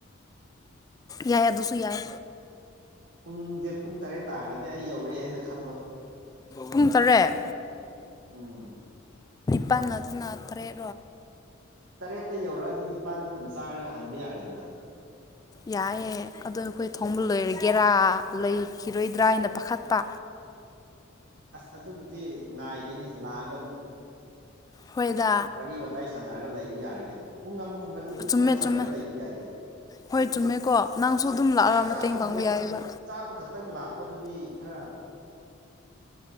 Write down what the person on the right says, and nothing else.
ꯄꯨꯡꯁꯦ ꯄꯨꯡ ꯇꯔꯦꯠ ꯇꯥꯈ꯭ꯔꯗꯤ ꯑꯩ ꯌꯧꯔꯛꯑꯦ ꯍꯥꯏꯅ ꯈꯜꯂꯣ꯫
ꯎꯝ
ꯇꯔꯦꯠꯇ ꯌꯧꯔꯛꯑꯗꯤ ꯅꯤꯄꯥꯜꯗ ꯑꯗꯨꯝ ꯆꯥꯔꯒ ꯍꯟꯕ ꯌꯥꯔꯦꯗꯅ꯫
ꯑꯁ ꯑꯗꯨꯕꯨꯗꯤ ꯉꯥꯏꯒꯅꯤ ꯂꯥꯛꯑꯒ ꯑꯗꯨꯝ꯫
ꯋꯥꯔꯤ ꯋꯥꯇꯥꯏ ꯁꯥꯟꯅꯔꯒ ꯂꯩꯕ ꯌꯥꯔꯦ ꯀꯩꯅꯣ ꯄꯨꯡ ꯑꯃꯒꯨꯝꯕꯗꯤ ꯑꯗꯨꯝ
ꯋꯥꯔꯤ ꯁꯥꯟꯅꯔꯒ
ꯂꯩꯕ ꯌꯥꯏ ꯀꯩꯅꯣ
ꯍꯦꯛ ꯆꯥꯕ
ꯈꯛꯇꯪ
ꯆꯥꯕ ꯈꯛꯇꯪ ꯂꯥꯛꯄꯗꯗꯤ ꯈꯔ